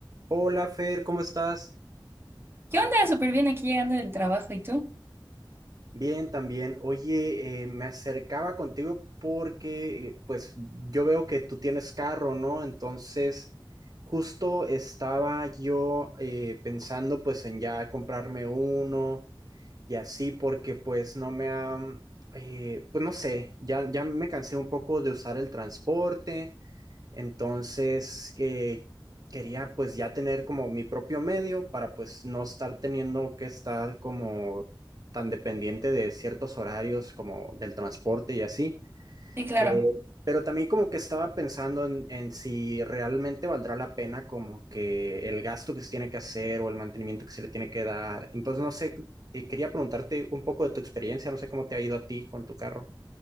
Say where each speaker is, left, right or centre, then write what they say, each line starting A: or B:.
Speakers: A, on the right; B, on the right.
A: Hola Fer, ¿cómo estás?
B: Yo andaba súper bien aquí llegando del trabajo, ¿y tú?
A: Bien, también. Oye, eh, me acercaba contigo porque eh, pues yo veo que tú tienes carro, ¿no? Entonces, justo estaba yo eh, pensando pues en ya comprarme uno y así porque pues no me ha, eh, pues no sé, ya, ya me cansé un poco de usar el transporte Entonces, que quería pues ya tener como mi propio medio para pues no estar teniendo que estar como tan dependiente de ciertos horarios como del transporte y así.
B: Sí, claro.
A: Eh, pero también como que estaba pensando en, en si realmente valdrá la pena como que el gasto que se tiene que hacer o el mantenimiento que se le tiene que dar. Entonces, no sé, eh, quería preguntarte un poco de tu experiencia, no sé cómo te ha ido a ti con tu carro.